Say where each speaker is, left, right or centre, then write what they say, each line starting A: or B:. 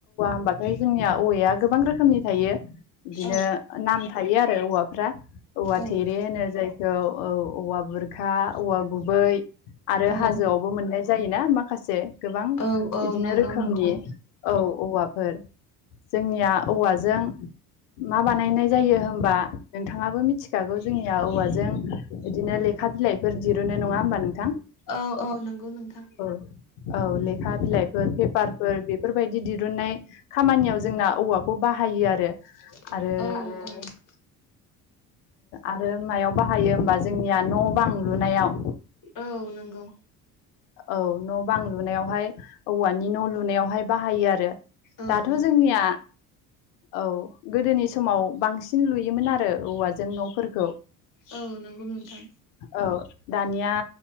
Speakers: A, on the left; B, on the left.
A: होनबाथाय जोंनिया औवाया गोबां रोखोमनि थायो। बिदिनो
B: औ
A: नाम थायो आरो औवाफ्रा औवा
B: औ
A: थेरे होनो जाय औ औ औवा बुरखा औवा गुबै आरो
B: औ
A: हाजोआवबो मोननाय जायोना माखासे गोबां
B: औ औ
A: बिदिनो
B: नंगौ
A: रोखोमनि
B: नोंथां
A: औ औवाफोर जोंनिया औवाजों मा बानायनाय जायो होमबा नोंथाङाबो मिथि थिखाखौ जोंनिया औवाजों बिदिनो लेखा बिलाइफोर दिरुनो नङा होमबा नोंथां।
B: औ औ नंगौ नोंथां।
A: औ औ लेखा बिलाइफोर पेपारफोर बेफोरबायदि दिरुननाय खामानियाव जोंना औवाखौ बाहायो आरो।
B: औ
A: आरो आरो मायाव बाहायो होमबा जोंनिया न' बां लुनायाव
B: औ नंगौ।
A: औ न' बां लुनायावहाय औवानि न' लुनायावहाय बाहायो आरो।
B: औ
A: दाथ'
B: नंगौ
A: जोंनिया
B: नोंथां
A: औ गोदोनि समाव बांसिन लुयोमोन आरो औवाजों जों न'फोरखौ
B: औ नंगौ नोंथां
A: औ दानिया